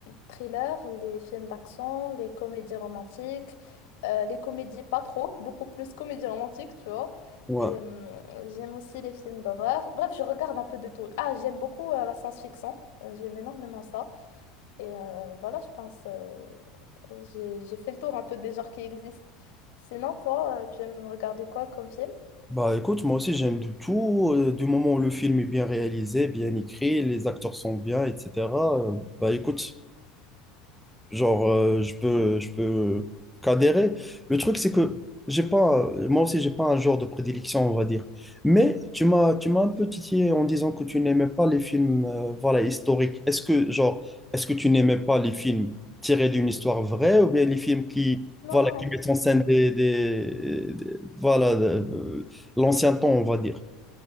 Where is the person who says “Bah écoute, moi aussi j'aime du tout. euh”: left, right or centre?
Centre